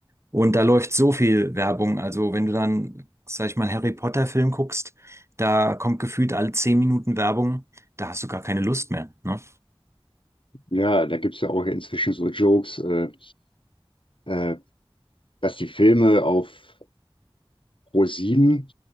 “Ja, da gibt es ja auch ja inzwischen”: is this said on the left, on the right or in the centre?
Left